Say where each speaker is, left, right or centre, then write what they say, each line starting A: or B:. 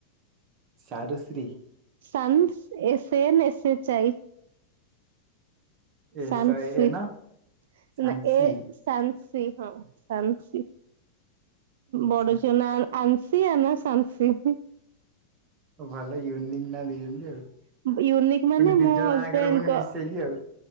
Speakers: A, on the right; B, on the right.
A: ସାରଶ୍ରୀ।
B: ସନ୍ ଏସନ୍ ଏଏଚଆଇ।
A: ଏ
B: ସାମଶିକ
A: ଶହେ ଏନ ଶାନ୍ସି
B: ନା ଏ ସାନସି ହଁ ସାନ୍ସି
A: ଆଛା
B: ବଡ ଝିଅ ନାଁ ଆଂସି ଆ ନା ସାନସିଂ।
A: ଭଲ ୟୁନିକି ନା ଦେଇଛନ୍ତି ଆଉ।
B: ୟୁନିକ୍ ମାନେ
A: ପୁଣି ଦି
B: ମୋ
A: ଜଣ
B: ହଜବେଣ୍ଡଙ୍କ
A: ଆଗରେ ପୁଣି ମିଶେଇକି ଆଉ